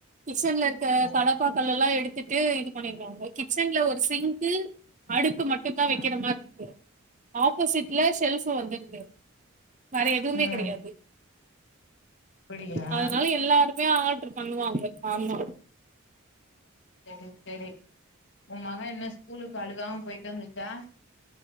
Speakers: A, on the right; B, on the left.
A: கிச்சன்ல இருக்க
B: ஓ
A: கடப்பா கல்லல்லா எடுத்துட்டு இது பண்ணிருவாங்க கிச்சன்ல ஒரு சிங்க்கு அடுப்பு மட்டுந்தா
B: ம்
A: வெக்கிற மாற்ருக்கு ஆப்போசிட்ல ஷெல்ஃபு வந்துருது வேற எதுவுமே
B: ம்
A: கடையாது
B: அப்டியா
A: அதனால எல்லாருமே ஆல் ட்ரு பண்ணுவாங்க ஆமா
B: செரி செரி உ மக என்ன ஸ்கூலுக்க் அழுகாம போய்ட்டு வந்துச்சா